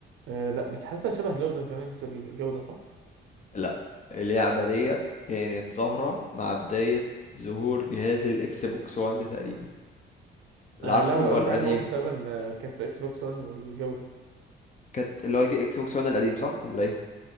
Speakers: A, on the right; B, on the left.
A: أه لا بس حاسسها شبه لود اوف ذا رينجز والجو ده صح؟
B: لا اللعبه ديت كانت ظاهره مع بدايه ظهور جهاز الاكس بوكس 1 تقريبا اللي
A: أه
B: عارفه
A: اللعبه
B: اللي
A: هقول
B: هو
A: لك
B: القديم
A: عليها برضه تقريبا آه، كانت في اكس بوكس 1 والجو ده
B: كانت اللي هو الاكس بوكس 1 القديم صح ولا ايه